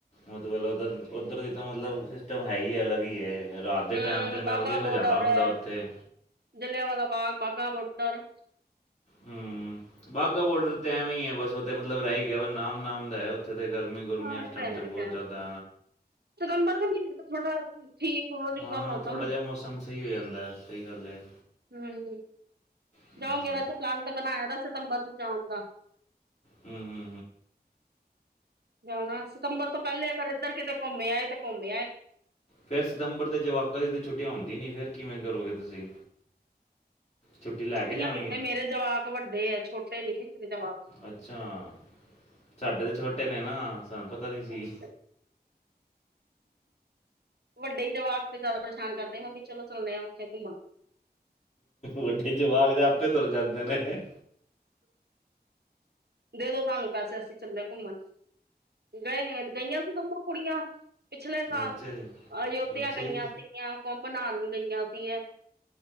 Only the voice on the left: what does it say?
ਮਤਲਬ ਉੱਧਰ ਉੱਧਰ ਦੀ ਤਾਂ ਮਤਲਬ ਸਿਸਟਮ ਹੈ ਹੀ ਹੈ ਅਲੱਗ ਹੀ ਹੈ ਰਾਤ ਦੇ
ਟਾਈਮ ਤੇ ਇੰਨਾ
ਵਧੀਆ ਨਜ਼ਾਰਾ
ਹੁੰਦਾ
ਉੱਥੇ
ਹਮ ਵਾਹਗਾ ਬੋਰਡਰ ਤੇ ਐਵੇਂ ਹੀ ਹੈ ਬਸ ਉਥੇ ਮਤਲਬ ਰਹਿ ਹੀ ਗਿਆ ਵਾ ਨਾਮ ਨਾਮ ਦਾ ਉੱਥੇ ਤਾਂ ਗਰਮੀ ਗੁਰਮੀ
ਇਸ
ਟਾਈਮ
'ਤੇ
ਬਹੁਤ
ਜ਼ਿਆਦਾ
ਹਾਂ
ਥੋੜਾ ਜਿਹਾ ਸਹੀ ਹੋ ਜਾਂਦਾ ਸਹੀ ਗੱਲ ਹੈ
ਹਮ,
ਜੀ
ਹਮ ਹਮ
ਫੇਿਰ ਸਤੰਬਰ ਤੇ ਜਵਾਕਾ ਦੀ ਤਾਂ ਛੁੱਟਟੀ ਆਉਂਦੀ ਨਹੀਂ ਫਿਰ ਕਿਵੇਂ ਕਰੋਗੇ ਤੁਸੀਂ ਛੁੱਟੀ ਲੈ
ਕੇ ਜਾਣਗੇ
ਅੱਛਾ ਸਾਡੇ ਤਾਂ ਛੋਟੇ ਨੇ ਨਾ ਸਾਨੂੰ ਪਤਾ ਨੀ ਸੀ,
ਵੱਡੇ ਜਵਾਕ ਦੇ ਆਪੇ ਤੁਰ ਜਾਂਦੇ ਨੇ
ਅੱਛਾ ਜੀ,
ਅੱਛਾ
ਜੀ,